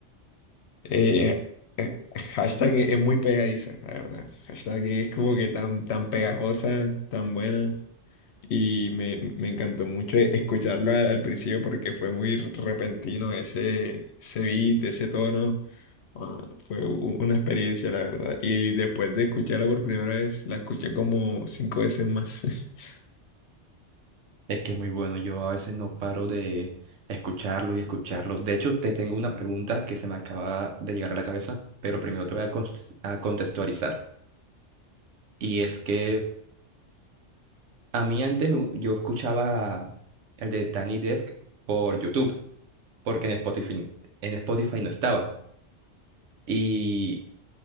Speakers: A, on the left (about 65°); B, on the right (about 80°).
A: Eh, eh, hashtag es es muy pegadiza, la verdad. Hashtag e es como que tan, tan pegajosa, tan buena. Y me, me encantó mucho escucharlo al, al principio porque fue muy repentino ese, ese beat, ese tono. Ah, fue u- una experiencia, la verdad. Y después de escucharla por primera vez, la escuché como cinco veces más. <laughs>
B: Es que es muy bueno, yo a veces no paro de escucharlo y escucharlo. De hecho, te tengo una pregunta que se me acaba de llegar a la cabeza, pero primero te voy a, cons- a contextualizar. Y es que a mí antes me gu- yo escuchaba el de Tiny Desk por YouTube, porque en Spotify, en Spotify no estaba. Y